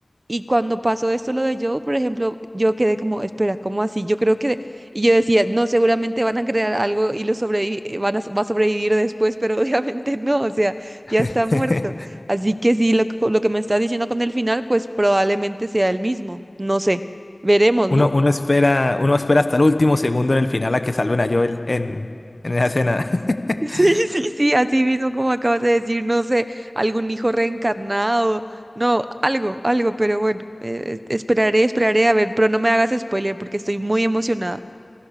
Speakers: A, on the right; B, on the left.
A: Y cuando pasó esto, lo de Joe, por ejemplo, yo quedé como, espera, ¿cómo así? Yo creo que, y yo decía, no, seguramente van a crear algo y lo sobrevi eh, van a, va a sobrevivir después, pero <laughs> obviamente no, o sea, ya está
B: <laughs>
A: muerto. Así que sí, lo, que- lo que me estás diciendo con el final, pues probablemente sea el mismo, no sé, veremos,
B: uno,
A: ¿no?
B: uno espera, uno espera hasta el último segundo en el final a que salven a Joel en, en esa escena.
A: <laughs>
B: <laughs>
A: Sí, sí, sí, así mismo como acabas de decir, no sé, algún hijo reencarnado, no, algo, algo, pero bueno, eh, esperaré, esperaré, a ver, pero no me hagas spoiler porque estoy muy emocionada.